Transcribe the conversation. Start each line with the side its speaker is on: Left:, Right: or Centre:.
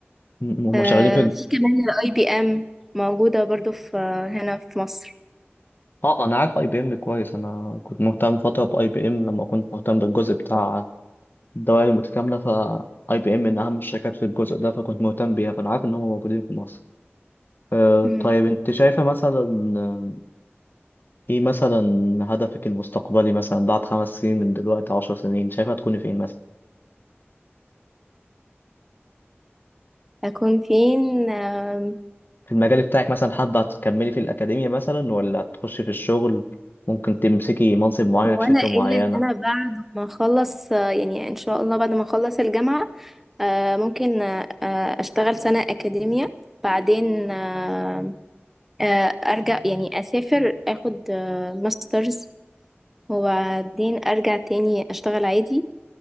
Left: م- هم
Centre: آه،
Left: شغالين في
Centre: في كمان الاي بي ام موجودة برضو في آه، هنا في مصر
Left: اه انا عارف اي بي ام كويس انا كنت مهتم فتره باي بي ام لما كنت مهتم بالجزء بتاع الدوائر المتكامله ف اي بي ام من اهم الشركات في الجزء ده فكنت مهتم بيها فانا عارف ان هم موجودين في مصر آه،
Centre: مم.
Left: طيب انت شايفه مثلا ايه مثلا هدفك المستقبلي مثلا بعد خمس سنين من دلوقتي عشر سنين شايفة تكوني فين مثلا
Centre: أكون فين آم،
Left: في المجال بتاعك مثلا حابة تكملي في الأكاديمية مثلا ولا تخشي في الشغل ممكن تمسكي منصب معين
Centre: هو
Left: في شركة
Centre: أنا
Left: معينة
Centre: قايلة إن أنا بعد ما أخلص آه، يعني إن شاء الله بعد ما أخلص الجامعة آه، ممكن آه، آه، أشتغل سنة أكاديمية بعدين آه، آه، أرجع يعني أسافر أخد آه، ماسترز وبعدين أرجع تاني أشتغل عادي